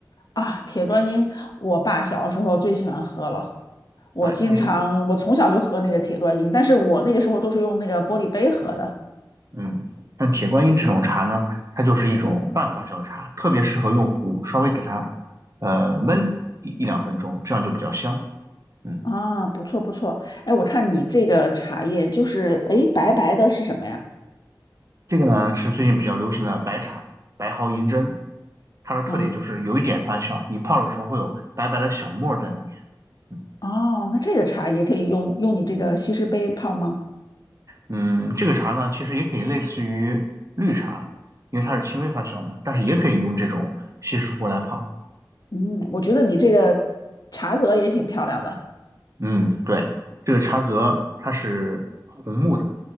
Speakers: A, on the left (about 60°); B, on the right (about 45°).
A: 啊，铁观音，我爸小的时候最喜欢喝了。我经常，
B: 对，它是
A: 我从小就喝那个铁观音，但是我那个时候都是用那个玻璃杯喝的。
B: 嗯，像铁观音这种茶呢，它就是一种半发酵茶，特别适合用壶稍微给它呃焖一一两分钟，这样就比较香。嗯，
A: 啊，不错不错。哎，我看你这个茶叶就是，哎，白白的是什么呀？
B: 这个呢是最近比较流行的白茶，白毫银针，它的特点就是有一点发酵，
A: 啊。
B: 你泡的时候会有白白的小沫儿在里面。嗯，
A: 哦，那这个茶也可以用用你这个西施杯泡吗？
B: 嗯这个茶呢其实也可以类似于绿茶，因为它是轻微发酵嘛，但是也可以用这种稀释壶来泡。
A: 嗯，我觉得你这个茶则也挺漂亮的
B: 嗯，对，这个茶则它是红木的，